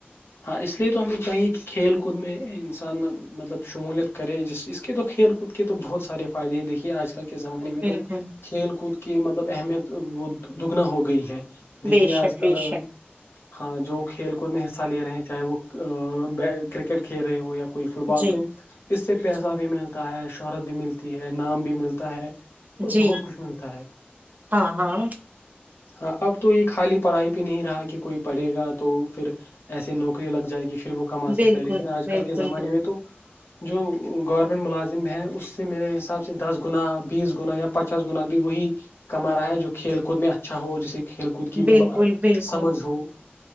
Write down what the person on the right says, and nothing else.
بالکل
بے شک
بے شک
جی
جی
جی
ہاں ہاں
بالکل
بالکل
بالکل
بالکل